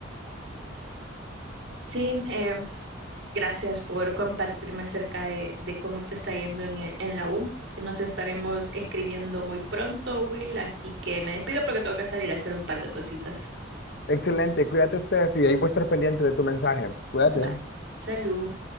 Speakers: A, on the right; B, on the left.
A: Sí, eh, gracias por compartirme acerca de, de cómo te está yendo en, e- en la U. Nos estaremos escribiendo muy pronto, Will, así que me despido porque tengo que salir a hacer un par de cositas.
B: Excelente, cuídate, Steph, y ahí voy a estar pendiente de tu mensaje. Cuídate.
A: Bye. Salud.